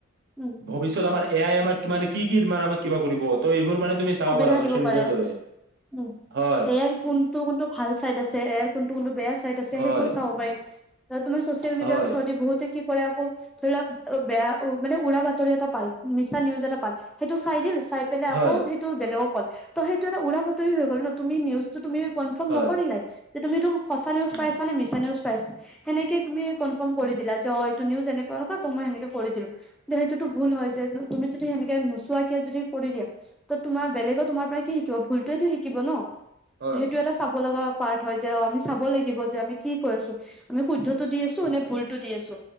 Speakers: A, in the centre; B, on the right (about 50°).
A: উম
B: ভৱিষ্যত আমাৰ। এ আই আমাক কিমান কি কি ত মানে আমাক কিবা কৰিব। ত এইবোৰ। মানে তুমি চাব
A: সুবিধা
B: পাৰা ছচিয়েল
A: দিব
B: মিডিয়াৰ
A: পাৰে।
B: দৰে
A: উ
B: হয়,
A: এ আইৰ কোনটো কোনটো ভাল চাইড আছে এ আইৰ? কোনটো কোনটো বেয়া চাইট আছে
B: হয়,
A: সেইবোৰো চাব পাৰিম। এতিয়া তুমি চচিয়েল মেদিয়া
B: হয়,
A: থ্ৰয়েদি বহুত। কি কৰে আকৌ, ধৰি লওক বেয়া মানে উৰা বাতৰি এটা পাল, মিছা নিউজ এটা পাল, সেইটো চাই দিল। চাই পেলাই
B: হয়,
A: আকৌ। বেলেগক কল। ত সেইটো এটা উৰা বাতৰি হৈ গ'ল ন। তুমি নিউজটো তুমি। কনফ্ম
B: হয়,
A: নকৰিলাই। তে তুমিটো। সঁচা নিউচ
B: উম,
A: পাইছা নে মিছা নিউচ পাইছে? সেনেকে তুমি কনফ্ম কৰিদিলা
B: উম,
A: যে অঁ নিউজ এনেকুৱা এনেকুৱা ত মই সেনেকে কৰি দিলো, ত সেইটোত ভুল হয় যে তুমি যে সেনেকে নোচোৱাকে যদি কৰি দিয়ে ত তোমাৰ বেলেগৰ তোমাৰ পৰা কি শিকিব ভুলটোয়েতো শিকিব ন।
B: হয়,
A: সেইটো এটা চাব লগা পাৰ্ট হয় যে অ আমি চাব লাগিব যে আমি কি কৰি আছো আমি শুদ্ধতটো দি আছো নে ভুলটো দি আছো,